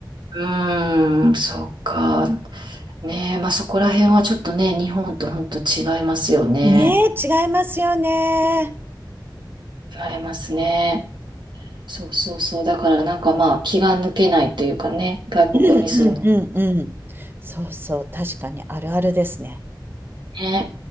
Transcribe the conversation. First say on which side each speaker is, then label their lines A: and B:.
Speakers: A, on the right; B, on the right.
A: うーんそうか。ねえ、まあそこら辺はちょっとね、日本と本当違いますよね。
B: ねえ、違いますよね。
A: 違いますね。そうそうそう。だからなんかまあ気が抜けないというかね、外国に住んで
B: うんうんうんうん。そうそう、確かにあるあるですね。
A: ね。